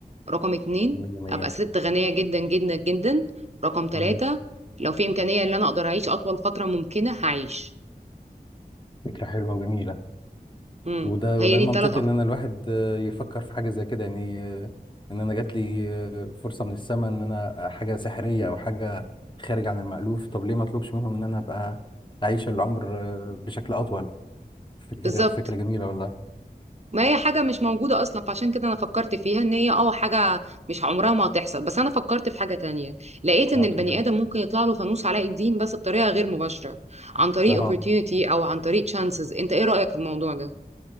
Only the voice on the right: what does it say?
رقم اتنين
ابقى ست غنية جدا جدا جدا رقم تلاتة
لو في امكانية ان انا اقدر اعيش اطول فترة ممكنة هعيش
امم
هي
دي التلات افكار
بالظبط
ما هي حاجة مش موجودة أصلا فعشان كده أنا فكرت فيها إن هي أه حاجة مش عمرها ما هتحصل بس أنا فكرت في حاجة تانية لقيت إن
البني آدم ممكن يطلع له فانوس علاء الدين بس بطريقة غير مباشرة عن طريق
opportunity أو عن طريق chances أنت إيه رأيك في الموضوع ده؟